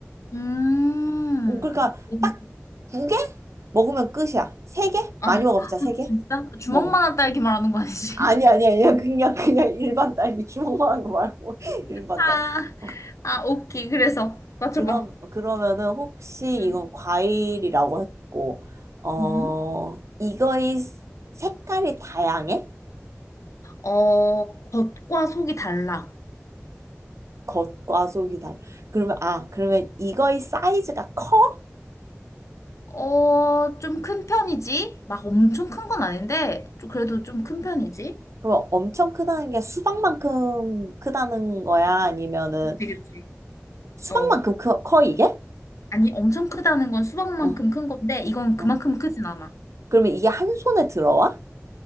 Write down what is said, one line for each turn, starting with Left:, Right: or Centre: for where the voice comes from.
Left: 음.
Right: 어, 그러니까
Left: 음.
Right: 딱 두 개? 먹으면 끝이야. 세 개?
Left: 아
Right: 많이 먹어봤자
Left: <laughs>
Right: 세 개?
Left: 진짜? 주먹만한
Right: 어.
Left: 딸기 말하는 거 아니지?
Right: 아니,
Left: <laughs>
Right: 아니, 아니야. 그냥, 그냥 일반 딸기 주먹만 한 거 말고, <laughs> 일반
Left: 아,
Right: 딸기. 어,
Left: 아 오케이. 그래서 맞춰봐.
Right: 그럼, 그러면은 혹시
Left: 응.
Right: 이건 과일이라고 했고, 어,
Left: 음?
Right: 이거의 색깔이 다양해?
Left: 어 겉과 속이 달라.
Right: 겉과 속이 달라. 그러면, 아, 그러면 이거의 사이즈가 커?
Left: 어, 좀 큰 편이지? 막 엄청 큰 건 아닌데, 좀- 그래도 좀 큰 편이지?
Right: 그럼 엄청 크다는 게 수박만큼 크다는 거야? 아니면은
Left: 그치, 그치.
Right: 수박만큼
Left: 어.
Right: 커, 커 이게?
Left: 아니, 엄청 크다는 건 수박만큼
Right: 응,
Left: 큰 건데, 이건 그만큼
Right: 어.
Left: 크진 않아.
Right: 그러면 이게 한 손에 들어와?